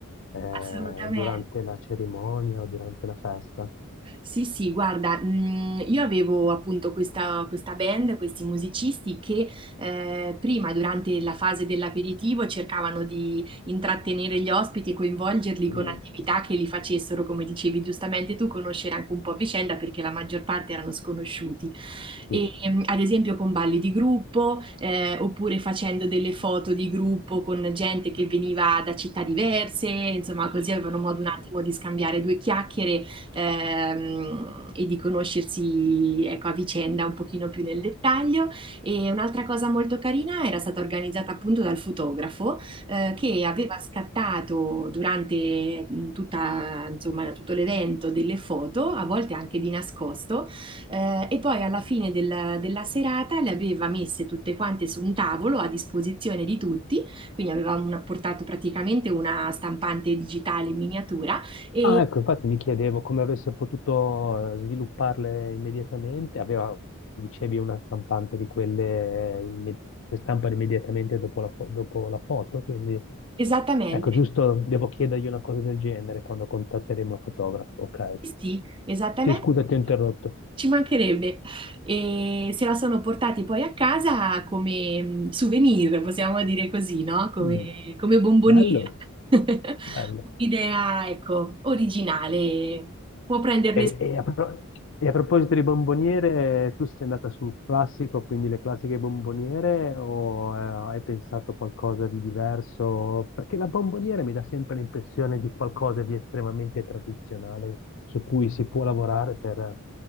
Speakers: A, on the left; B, on the right.
A: eh, eh,
B: assolutamente.
A: durante la cerimonia o durante la festa.
B: Sì, sì, guarda, mh, io avevo appunto questa, questa band, questi musicisti che eh, prima, durante la fase dell'aperitivo, cercavano di intrattenere gli ospiti e coinvolgerli
A: Mm,
B: con attività che li facessero, come dicevi giustamente tu, conoscere anche un po' a vicenda perché la maggior parte erano sconosciuti. E,
A: mm.
B: mh, ad esempio con balli di gruppo, eh, oppure facendo delle foto di gruppo con gente che veniva da città diverse, insomma, così avevano modo un attimo di scambiare due chiacchiere ehm, e di conoscersi, ecco, a vicenda un pochino più nel dettaglio. E un'altra cosa molto carina era stata organizzata appunto dal fotografo eh, che aveva scattato durante mh, tutta, insomma, tutto l'evento delle foto, a volte anche di nascosto, eh, e poi alla fine del- della serata le aveva messe tutte quante su un tavolo a disposizione di tutti, quindi aveva un- portato praticamente una stampante digitale in miniatura e
A: Ah, ecco, infatti mi chiedevo come avesse potuto eh, svilupparle immediatamente. Aveva, dicevi, una stampante di quelle imme- che stampano immediatamente dopo la, fo- dopo la foto, quindi
B: Esattamente,
A: ecco, giusto, devo chiedergli una cosa del genere quando contatteremo il fotografo. Ok.
B: sì, esattamente,
A: Sì, scusa, ti ho interrotto.
B: ci mancherebbe. E se la sono portati poi a casa come mh, souvenir, possiamo dire così, no? Come,
A: Mm,
B: come bomboniera.
A: Bello,
B: <laughs>
A: bello.
B: Un'idea, ecco, originale, può prenderne
A: E,
B: spunto.
A: e a, pro- e a proposito di bomboniere, tu sei andata sul classico, quindi le classiche bomboniere, o eh, hai pensato qualcosa di diverso? Perché la bomboniera mi dà sempre l'impressione di qualcosa di estremamente tradizionale, su cui si può lavorare per,